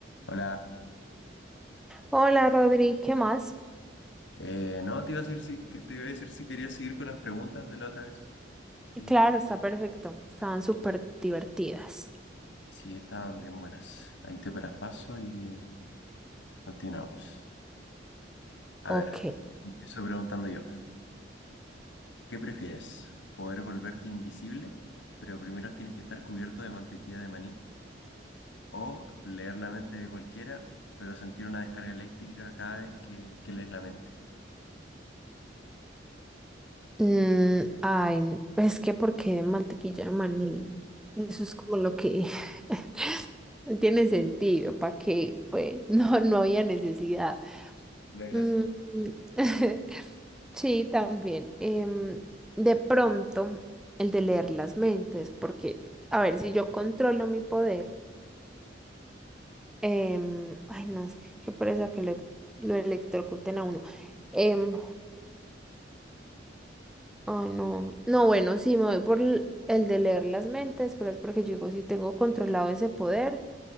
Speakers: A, on the left (about 75°); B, in the centre.
A: Hola,
B: Hola Rodri, ¿qué más?
A: eh, no, te iba a decir si, que te iba a decir si querías seguir con las preguntas de la otra vez. Sí,
B: Claro, está perfecto. Estaban súper divertidas.
A: sí, estaban bien buenas. Ahí te paras paso y continuamos. A
B: Ok.
A: ver, empiezo preguntando yo. ¿Qué prefieres? ¿Poder volverte invisible, pero primero tienes que estar cubierto de mantequilla de maní? ¿O leer la mente de cualquiera, pero sentir una descarga eléctrica cada vez que, que lees la mente?
B: Mm, ay, es que ¿por qué mantequilla de maní? Eso es como lo que <laughs> no tiene sentido, ¿para qué? Pues no, no había necesidad.
A: La gracia.
B: Mm, <laughs> sí, también. em, de pronto, el de leer las mentes, porque, a ver, si yo controlo mi poder. Em, ay, no, es que qué pereza que lo, ex- lo electrocuten a uno. Em, ay, no. No, bueno, sí, me voy por el, el de leer las mentes, pero es porque yo digo, si tengo controlado ese poder,